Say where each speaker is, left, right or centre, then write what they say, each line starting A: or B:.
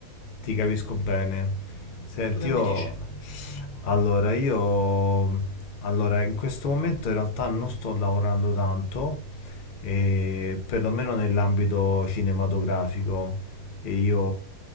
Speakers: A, on the left (about 85°); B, on the left (about 60°).
A: ti capisco bene. Senti,
B: Tu che
A: io...
B: mi dici?
A: Allora, io... Allora, in questo momento in realtà non sto lavorando tanto, eh, perlomeno nell'ambito cinematografico. E io,